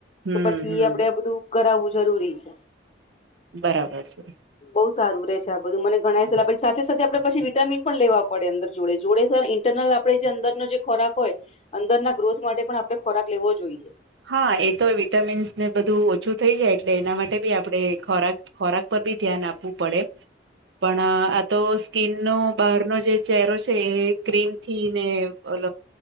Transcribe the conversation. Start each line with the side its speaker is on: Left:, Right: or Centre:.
Right: હમ
Left: તો પછી
Right: હમ
Left: આપડે આ બધું કરાવવું જરૂરી છે
Right: બરાબર છે
Left: બહુ સારું રહેે છે, આ બધું મને ઘણાાય સલા પછી સાથે સાથે આપડણે પછી વિટામિન પણ લેવા પડે અંદર જોડે જોડે સર ઇન્ટરનલ આપણેે જે અંદરનો જે ખોરાક હોય અંદરના ગ્રોથ માટે પણ આપડણે ખોરાક લેવો જોઈએ
Right: હા એ તો વિટામીન્સ ને બધું ઓછું થઈ જાય એટલે એના માટે બી આપણે ખોરાક ખોરાક પર ભી ધ્યાન આપવું પડે પણ આ તો સ્કીિન નો બહારનો જે ચહેરો છે, એ ક્રીમ થી ને ઓલ